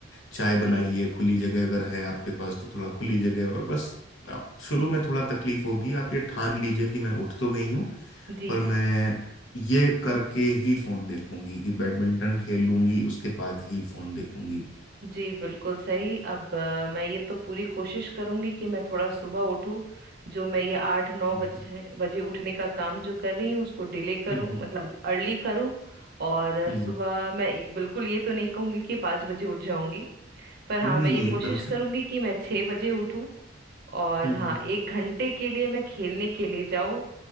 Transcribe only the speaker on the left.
चाय बनाइए
खुली जगह अगर है आपके पास तो थोड़ा खुली जगह और बस आप शुरू में थोड़ा तकलीफ होगी आप ये ठान लीजिए कि मैं उठ तो गई हूँ
पर मैं ये करके ही फोन देखूंगी कि बैडमिंटन खेलूंगी उसके बाद ही फोन देखूंगी
हम्म
हम्म हम्म,
हम्म,
नहीं
नहीं
एकदम
से
हम्म